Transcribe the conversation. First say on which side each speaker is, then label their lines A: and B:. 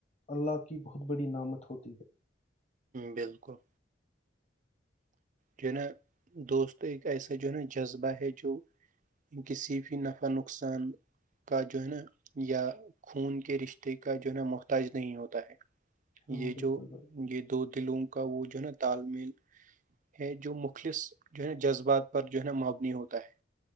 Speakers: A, on the left; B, on the right.
A: اللہ کی بہت بڑی نامت ہوتی ہے
B: بالکل جو نا دوست ایسے جو ن جذبہ ہے جوو کسی بھی نفع نقصان کا جو ہے نا یا خون کے رشتے کا جو ہے نا محتاج نہیں ہوتا ہے
A: ہاں
B: یہ
A: بالکل
B: جو
A: بھائی
B: یہ دو دلوں کا وہ جو ہے نا تال میل ہے جو مخلص جو ہے نا جذبات پر جو ہے نا مبنی ہوتا ہے